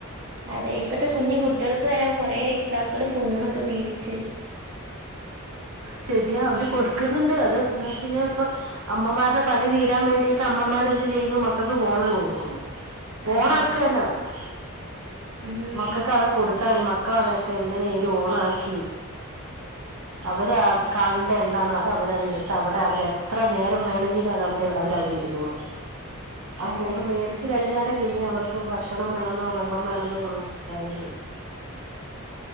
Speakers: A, on the right; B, on the right.
A: അതെ ഇപ്പത്തെ കുഞ്ഞു കുട്ടികൾക്ക് വരാ കൊറെ രക്താക്കള് ഫോണൊക്കെ മേടിച്ചു
B: ശെരിയാ അവര് കൊടുക്കുന്നുണ്ട് അത് എന്ന് വെച്ച് കഴിഞ്ഞാൽ ഇപ്പൊ അമ്മമാരുടെ പണി തീരാൻ വേണ്ടി ട്ട് അമ്മമാർ എന്ത് ചെയ്യുന്നു മക്കൾക്ക് പോണങ്ങ് കൊടുക്കുന്നു
A: അതെ
B: ഓണാക്കതന്നെ വേണ്ട
A: ഉം
B: മക്കൾക്ക് അതങ്ങ് കൊടുത്താൽ പിന്നെ മക്കളതൊക്കെ എങ്ങനെ ലും ഓണാ ക്കി അവര് കാണണ്ട എന്താണോ അത് അവരത് എന്താണോ എടുത്ത് അവിടെ അവര് എത്ര നേരം വേണമെങ്കിലും അതവിടെ അവര് കണ്ടിരുന്നോളും ആ
A: അതെ
B: ഫോണ് മേടിച്ചു കഴിഞ്ഞാൽ പിന്നെ അവർക്ക് ഭക്ഷണം വേണെന്നോ വെള്ളം വേണെന്നോന്താാവള്ളൂ